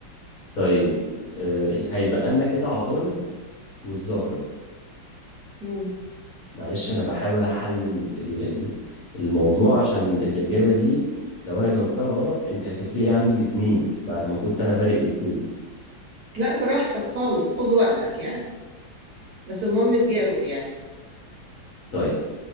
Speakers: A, on the left; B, on the right.
A: طيب آه، هيتبقى لنا كده عطارد والزهرة
B: مم.
A: معلش أنا بحاول أحلل ال- ال- الموضوع عشان الإجابة دي لو أنا جاوبتها غلط أنت هتفرقي عني باتنين بعد ما كنت أنا فارق باتنين
B: لا براحتك خالص خد وقتك يعني بس المهم تجاوب يعني
A: طيب